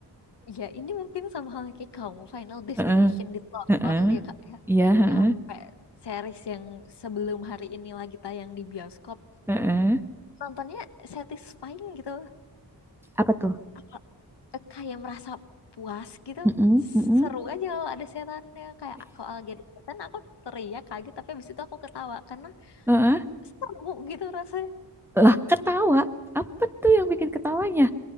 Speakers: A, on the left; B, in the centre.
A: Ya, ini mungkin sama hal kayak kamu Final
B: <laughs>
A: Destination
B: Heeh,
A: ditonton
B: heeh.
A: ya Kak ya.
B: Iya, heeh,
A: Nyampe series yang sebelum hari ini lagi tayang di bioskop.
B: heeh.
A: Nontonnya satisfying gitu.
B: Apa tuh?
A: Apa eh, kayak merasa puas gitu.
B: Heeh, heeh,
A: Seru aja kalau ada setannya kayak kalau lagi ada setan aku teriak kaget tapi habis itu aku ketawa karena
B: heeh.
A: seru gitu rasanya.
B: Lah, ketawa. Apa tuh yang bikin ketawanya?